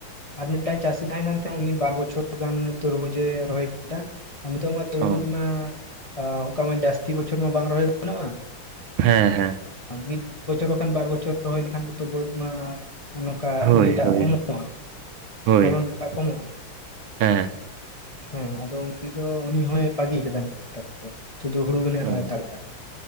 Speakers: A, on the left (about 30°); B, on the right (about 75°).
A: ᱟᱨ ᱢᱤᱫᱴᱟᱝ ᱪᱟᱹᱥᱤ ᱛᱟᱦᱮᱸ ᱠᱟᱱ ᱛᱟᱦᱮᱸᱫ -ᱟ ᱩᱱᱤ ᱵᱟᱨ ᱵᱚᱪᱷᱚᱨ ᱜᱟᱱ ᱛᱩᱨᱵᱩᱡ ᱮ ᱨᱚᱦᱚᱭ ᱱᱤᱛᱚᱜ ᱢᱟ ᱛᱩᱨᱵᱩᱡ
B: ᱚ
A: ᱢᱟ ᱚᱱᱠᱟ ᱢᱟ ᱡᱟᱹᱥᱛᱤ ᱵᱚᱪᱷᱚᱨ ᱢᱟ ᱵᱟᱝ ᱨᱚᱦᱚᱭ ᱜᱟᱱᱚᱜᱼᱟ᱾
B: ᱦᱮᱸ ᱦᱮᱸ
A: ᱢᱤᱫ ᱵᱚᱪᱷᱚᱨ ᱵᱟᱝᱠᱷᱟᱱ ᱵᱟᱨ ᱵᱚᱪᱷᱚᱨ ᱨᱚᱦᱚᱭ ᱦᱩᱭ ᱞᱮᱠᱷᱟᱱ ᱜᱮᱛᱚ ᱵᱟᱹᱫᱽ ᱢᱟ᱾ ᱱᱚᱝᱠᱟ
B: ᱦᱳᱭ
A: ᱤᱭᱟᱹᱴᱟᱜ
B: ᱦᱳᱭ
A: ᱠᱚᱢᱚᱜᱼᱟ
B: ᱦᱳᱭ
A: ᱯᱷᱚᱞᱚᱱ
B: ᱦᱳᱭ
A: ᱴᱟᱜ ᱠᱚᱢᱚᱜᱼᱟ᱾
B: ᱦᱮᱸ ᱦᱮᱸ
A: ᱦᱮᱸ ᱟᱫᱚ ᱩᱱᱤ ᱫᱚ ᱩᱱᱤ ᱦᱚᱸᱭ ᱵᱟᱹᱜᱤ ᱠᱟᱫᱟ ᱱᱟ ᱱᱮᱛᱟᱨ ᱫᱚ ᱥᱩᱫᱷᱩ ᱦᱩᱲᱩ ᱜᱮ ᱨᱚᱦᱚᱭ
B: ᱚ
A: ᱦᱟᱛᱟᱨ ᱫᱟ